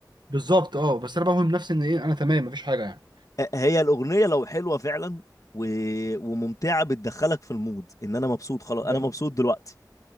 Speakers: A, on the right; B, on the left.
A: بالظبط اه بس انا بوهم نفسي ان ايه انا تمام مفيش حاجه يعني
B: هي الاغنيه لو حلوه فعلا و... وممتعه بتدخلك في المود ان انا مبسوط خلاص انا
A: ده,
B: مبسوط دلوقتي